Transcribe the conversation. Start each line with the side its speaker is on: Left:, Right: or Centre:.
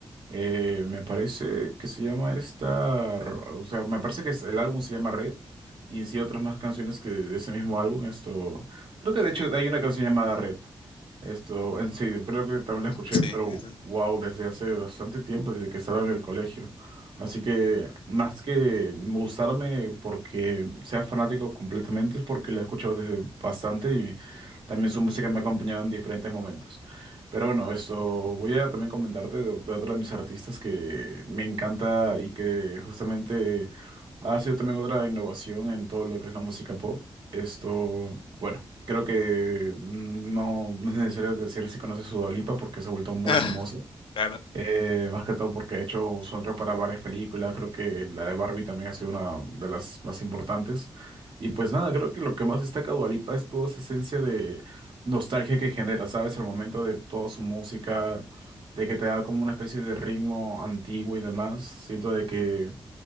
Right: Eh, me parece que se llama esta, r- o sea, me parece que es- el álbum se llama Red y en sí otras más canciones que de ese mismo álbum, esto, creo que de hecho hay una canción llamada Red, esto, en sí, creo que también la escuché,
Left: Sí.
Right: pero
Left: esa-
Right: wow, desde hace bastante tiempo, desde que estaba en el colegio, así que más que gustarme porque sea fanático completamente es porque la he escuchado desde bastante y también su música me ha acompañado en diferentes momentos. Pero bueno, esto voy a también comentarte de, de otra de mis artistas que me encanta y que justamente ha sido también otra innovación en todo lo que es la música pop. Esto, bueno, creo que no, no es necesario decir si conoces su Dua Lipa porque se ha vuelto muy
Left: <laughs>
Right: famosa.
Left: claro.
Right: Eh, más que todo porque he hecho soundtrack para varias películas, creo que la de Barbie también ha sido una de las más importantes. Y pues nada, creo que lo que más destaca Dua Lipa es toda esa esencia de nostalgia que genera, ¿sabes? Al momento de toda su música, de que te da como una especie de ritmo antiguo y demás. Siento de que